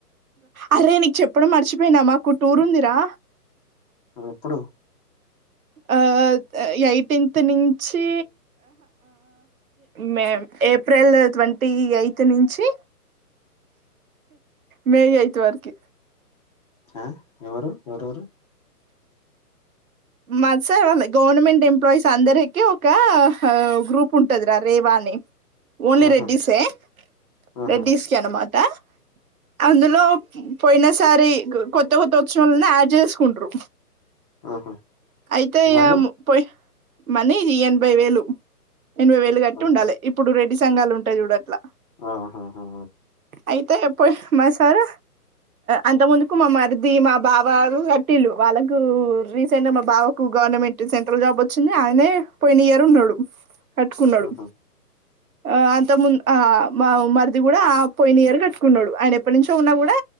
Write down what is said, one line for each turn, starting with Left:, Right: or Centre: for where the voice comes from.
Right: అరే నీకు చెప్పడం మర్చిపోయినా మాకు టూర్ ఉందిరా
Left: ఎప్పుడు
Right: ఆ ఎయిటీన్త్ నుంచి మే ఏప్రిల్ ట్వంటీ ఎయిత్ నుంచి మే ఎయిత్ వరకి
Left: ఆ ఎవరు ఎవరెవరు
Right: మా సార్ వాళ్ళ గవర్నమెంట్ ఎంప్లాయీస్ అందరికి ఒక గ్రూప్ ఉంటదిరా రేవాని ఓన్లీ
Left: ఆహా
Right: రెడ్డిస్ ఏ
Left: ఆహా
Right: రెడ్డిస్ కే అనుమా అ అందులో పోయిన సారి కొత్త కొత్త ఉత్సవంల యాడ్ చేసు కుండ్రు
Left: ఆహా
Right: అయితే య
Left: మనీ
Right: పోయి మనీ ఎనభై వేలు ఎనభై వేలు కట్టి
Left: ఓకే
Right: ఉండాలే ఇప్పుడు రెడీస్ సంగాలు ఉంటాయి చూడు అట్లా
Left: ఆహాహా
Right: అయితే పోయి మా సార్ అంత ముందుకు మా మరిది మా బావా టీలు వాళ్ళకు రీసెంట్ గా మా బావకు గవర్నమెంట్ సెంట్రల్ జాబ్ వచ్చింది. ఆయనే పోయిన ఇయర్ ఉన్నాడు. కట్టుకున్నాడు.
Left: ఆహా
Right: ఆ అంత ముందు ఆ మా మరిది కూడా పోయిన ఇయర్ కట్టుకున్నాడు. ఆయన ఎప్పటి నుంచో ఉన్నా కూడా